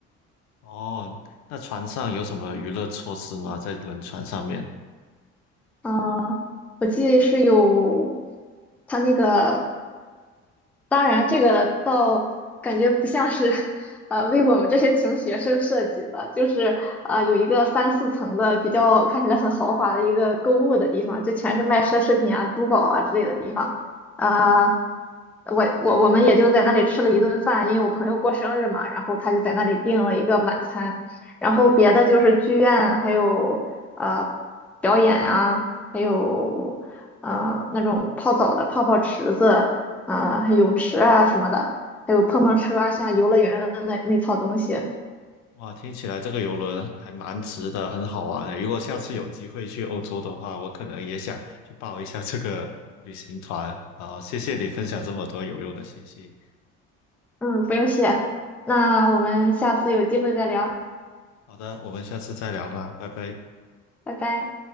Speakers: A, on the left; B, in the centre.
A: 哦，那船上有什么娱乐措施吗？在轮船上面？
B: 嗯、我记得是有他那个当然，这个倒感觉不像是，呃，为我们这些穷学生设计的，就是呃，有一个三四层的比较看起来很豪华的一个购物的地方，就全是卖奢侈品啊、珠宝啊之类的地方。呃，我我我们也就在那里吃了一顿饭，因为我朋友过生日嘛，然后他就在那里订了一个晚餐，然后别的就是剧院，还有呃表演啊，还有呃那种泡澡的泡泡池子。啊、还有泳池啊什么的，还有碰碰车啊，像游乐园的那那套东西。
A: 哇，听起来这个游轮还蛮值的，很好玩的。如果下次有机会去欧洲的话，我可能也想去报一下这个旅行团。好，谢谢你分享这么多有用的信息。
B: 嗯，不用谢，那我们下次有机会再聊，
A: 好的，我们下次再聊吧，拜拜。
B: 拜拜。